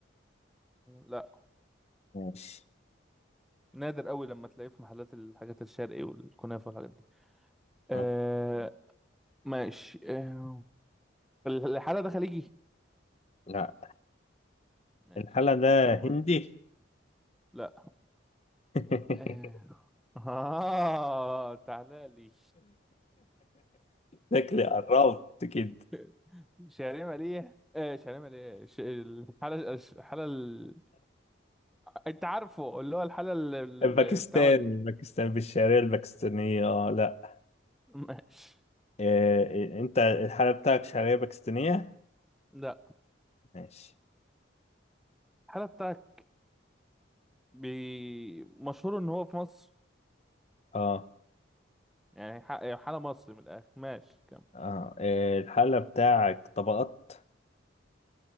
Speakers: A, in the centre; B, on the left (about 35°).
A: لا
B: ماشي
A: نادر قوي لما تلاقيه في محلات الحاجات الشرقي والكنافة والحاجات دي آه
B: ممكن.
A: ماشي آه الحالة ده خليجي
B: لا
A: ماشي
B: الحالة ده
A: ولا شامي
B: هندي
A: ولا لا
B: <laughs>
A: آه, <laughs> آه تعالى لي
B: شكلي قربت كده
A: <laughs> شعرية مالية آه شعرية مالية ش... الحالة الحالة ال... انت عارفه اللي هو الحالة اللي
B: باكستان
A: بتعمل
B: باكستان في الشعرية الباكستانية اه لا
A: ماشي
B: إيه انت الحالة بتاعك شعرية باكستانية
A: لا
B: ماشي
A: الحالة بتاعك بي... مشهور ان هو في مصر
B: اه
A: يعني ح- يعني حالة مصري من الآخر ماشي كم
B: اه إيه الحالة بتاعك طبقات